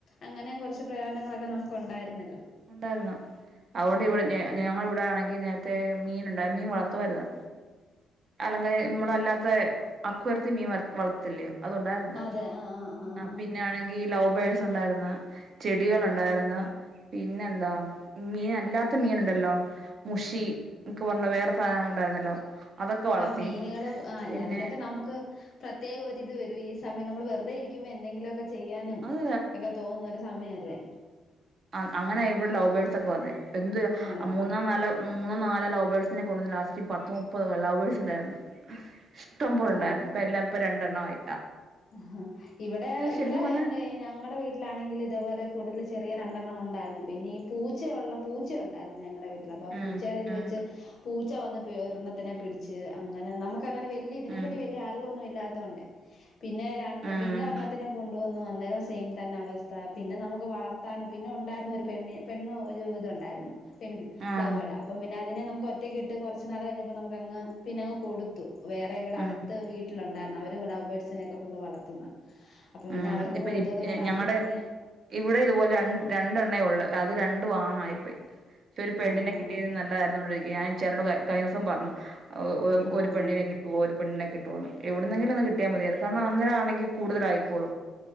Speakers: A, on the left; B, on the right.
A: അങ്ങനെയ്ം കുറച്ച് പ്രയോജനങ്ങളൊക്കെ നമുക്ക് ഉണ്ടായിരുന്നല്ലോ
B: ഉണ്ടായിരുന്നു അതുകൊണ്ട് ഇവിടെ ഞ ഞങ്ങ ഇവിടെ ആണെങ്കി നേരത്തെ മീൻ ഉണ്ടായി മീൻ വളർത്തുമായിരുന്നു അല്ലെങ്ക നമ്മളല്ലാത്ത അക്ക്വാറിയത്തി മീൻ വ വളർത്തില്ലേ അത്ണ്ടായിരുന്ന്,
A: അതെ ആഹ് ആഹ് ആഹ്
B: ആ
A: ആഹ്
B: പിന്നെ ആണെങ്കി ലവ് ബേഴ്സ് ഉണ്ടായിരുന്ന് ചെടികൾ ഉണ്ടായിരുന്നു
A: ഓഹ്
B: പിന്നെ എന്താ, മീൻ അല്ലാത്ത മീൻ ഉണ്ടല്ലോ മുഷി എനിക്ക് പറഞ്ഞ വേറെ സാധനം ഉണ്ടായിരുന്നല്ലോ അതൊക്കെ വളർത്തി
A: ആ് മീനുകൾ ആ
B: പിന്നെ
A: അതിലൊക്കെ നമുക്ക് പ്രത്യേകം ഒരിത് വരും ഈ സമയം <unintelligible> നമ്മൾ വെറുതെ ഇരിക്കുമ്പോ എന്തെങ്കിലുമൊക്കെ ചെയ്യാനും
B: അത്
A: ഒക്കെ തോന്നുന്ന ഒരു സമയല്ലേ
B: ആ അങ്ങനെയ ഇവിടെ ലോബേൾസ് ഒക്കെ വന്നേ എന്ത്
A: ആണോ
B: മൂന്നോ
A: ആ
B: നാലോ മൂന്നോ നാലോ ലൗവ്ബേർഡ്‌സ് <unintelligible> ലാസ്റ്റ് പത്ത്, മുപ്പത് ലവ്ബേഴ് ഉണ്ടായിരുന്നു ഇഷ്ടം പോല ഉണ്ടായിരുന്നു
A: ആ
B: ഇപ്പ എല്ലാം ഇപ്പ രണ്ടണ്ണയി
A: ആ ഇവിടെ ഇവിടെ
B: ശരിക്കും പറഞ്ഞാ
A: എന്തായി ഞങ്ങളടെ വീട്ടിലാണെങ്കിൽ ഇതേപോലെ കൂടുതൽ ചെറിയ രണ്ട് <unintelligible> ഉണ്ടായിരുന്നു പിന്നെ ഈ പൂച്ചയ ഉള്ള പൂച്ച ഉണ്ടായിരുന്നു ഞങ്ങളുടെ വീട്ടില് അപ്പ
B: ഉം
A: പൂച്ചയുടെ ഇത്
B: ഉം
A: വെച്ച് <unintelligible> പൂച്ച വന്ന് ഒരെണത്തിനെ പിടിച്ച് അങ്ങനെ നമുക്ക്ങ്ങനെ വലിയ ഇതിനെപ്പറ്റി
B: ഉം
A: വലിയ അറിവൊന്നും ഇല്ലാത്ത <unintelligible> പിന്നെ <unintelligible>
B: ഉം
A: പിന്നെ ഒർണ്ണത്തിന കൊണ്ടുവന്നു <unintelligible> സെയിം തന്നെ അവസ്ഥ പിന്നെ നമുക്ക് വളർത്താനും പിന്നെ ഉണ്ടായിരുന്നു ഒരു പെണ്ണ്, പെണ്ണ് ഒരു ഇതുണ്ടായിരുന്നു <unintelligible>
B: ആഹ്
A: അപ്പം <unintelligible> അതിനെ നമക്ക് ഒറ്റയ്ക്ക് ഇട്ട് കുറച്ച്നാൾ കഴഞ്ഞപ്പോ നമുക്ക്ങ്ങ് പിനങ്ങ് കൊടുത്തു വേറെ ഇവിടെ
B: ഉം
A: അടുത്ത് വീട്ടിലുണ്ടായിരരുന്നു അവര് ലൗബേട്സിനെക്കേ ഫുള് വളർത്തുന്ന അപ്പൊ പിന്നെ
B: ആഹ്
A: അവർക്ക്
B: ഇപ്പ
A: കൊടുത്തത് കൊണ്ട്
B: ഞങ്ങടെ
A: അവര് പിന്നെ
B: ഇവിടെ ഇതുപോലെ രണ്ട് രണ്ടെണെയുളള് അത് രണ്ടു ആണായിപോയി <unintelligible> ഒരു പെണ്ണിനെ
A: ആഹ്
B: കിട്ടിയിർന്ന് <unintelligible> <unintelligible> കഴിഞ്ഞോസം പറഞ്
A: ആഹ്
B: ഒരു പെണ്ണിനെ കിട്ടുവോ ഒരു പെണ്ണിനെ <unintelligible> <unintelligible> എവിടുന്നെങ്കിലും ഒന്ന് കിട്ടിയാൽ മതിയാണ് കാരണം അന്നേരാ ആണെങ്കി കൂടുതലാ യിക്കോളും.